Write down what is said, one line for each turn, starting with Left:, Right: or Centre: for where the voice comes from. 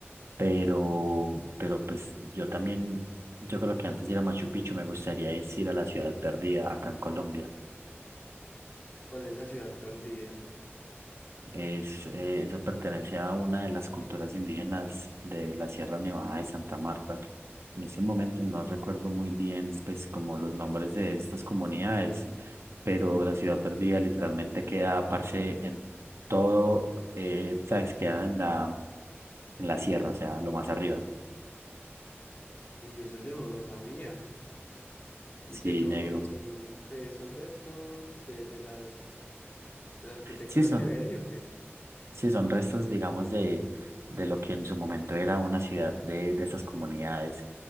Right: pero, pero pues yo también, yo creo que antes de ir a Machu Picchu me gustaría es ir a la Ciudad Perdida acá en Colombia.
Left: ¿Cuál es la ciudad perdida?
Right: Es, eh, eso pertenece a una de las culturas indígenas de la Sierra Nevada de Santa Marta. En estos momentos no recuerdo muy bien, pues, como los nombres de estas comunidades, pero la ciudad perdida literalmente queda, parce, en todo, eh, ¿sabes? Queda en la, en la sierra, o sea, lo más arriba.
Left: Uy, eso yo no lo sabía. Y
Right: Sí,
Left: que son,
Right: negro.
Left: pues, son restos de, de las ¿La arquitectura
Right: Sí, son,
Left: que había ahí o qué?
Right: Sí, son restos, digamos, de, de lo que en su momento era una ciudad de, de esas comunidades.